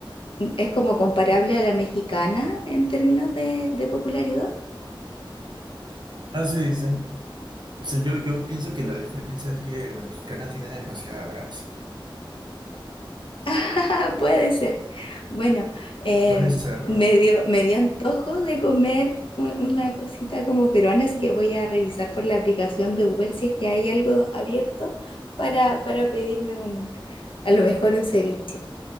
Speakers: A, on the left; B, on the right.
A: mm, es como comparable a la mexicana en términos de, de popularidad.
B: Así dicen. O sea, yo, yo pienso que la diferencia es que la mexicana tiene demasiada grasa.
A: <laughs> Puede ser. Bueno, em,
B: Puede ser,
A: me
B: ¿no?
A: dio, me dio antojo de comer u- una cosita como peruana, así que voy a revisar por la aplicación de Uber si es que hay algo abierto para, para pedirme un, a lo mejor un ceviche.